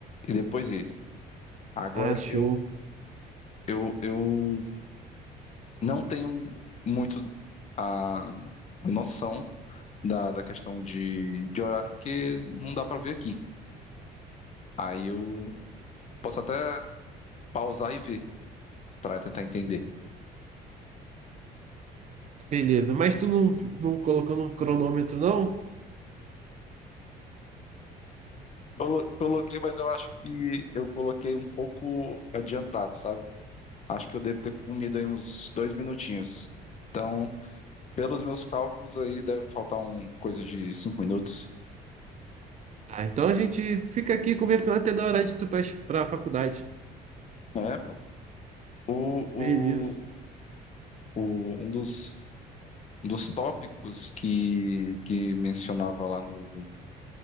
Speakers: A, on the left; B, on the right.
A: e depois ir. Agora
B: Ah, show.
A: eu, eu, eu não tenho muito a noção da, da questão de, de horário, porque não dá para ver aqui. Aí eu posso até pausar e ver para tentar entender.
B: Beleza. Mas tu não, não colocou no cronômetro, não?
A: Colo- Coloquei, mas eu acho que eu coloquei um pouco adiantado, sabe? Acho que eu devo ter comido aí uns dois minutinhos. Então, pelos meus cálculos aí, deve faltar um coisa de cinco minutos.
B: Ah, então a gente fica aqui conversando até da hora de tu para a faculdade.
A: É, pô. O, o,
B: Beleza.
A: o, um dos, um dos tópicos que, que mencionava lá no,